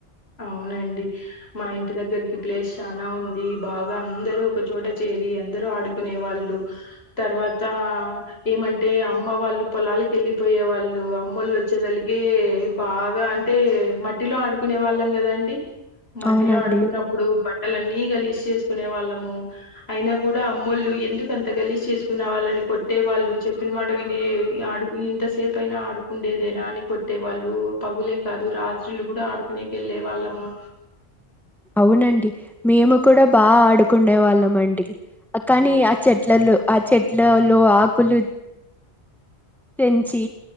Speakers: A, on the left; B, in the centre.
A: అవునండి మా ఇంటి దగ్గరకి ప్లేస్ చానా ఉంది బాగా అందరూ ఒకచోట చేరి అందరు ఆడుకునే వాళ్ళు తర్వాత ఏమంటే అమ్మ వాళ్ళు పొలాలకి వెళ్ళిపోయ్యె వాళ్ళు అమ్మెళ్ళు వచ్చేదలికే బాగా అంటే మట్టిలో ఆడుకునే వాళ్ళం కదాండి మట్టిలో
B: అవునండి.
A: ఆడుకున్నప్పుడు బట్ బట్టలన్ని గలీజ్ చేసుకునే వాళ్ళము అయినా కూడా అమ్మోళ్ళు ఎందుకు అంత గలీజ్ చేసుకునె వాళ్ళని కొట్టే వాళ్ళు చెప్పిన మాట వినే ఆడుకు ఇంతసేపు అయినా ఆడుకుండేదేనా అని కొట్టేవాళ్ళు పగులే కాదు రాత్రుళ్లు కూడా ఆడుకునేకీ వెళ్ళే వాళ్ళము
B: అవునండి మేము కూడా బాగా ఆడుకునే వాళ్ళం అండి కానీ ఆ చెట్లల్లో ఆ చెట్లలో ఆకులు పెంచి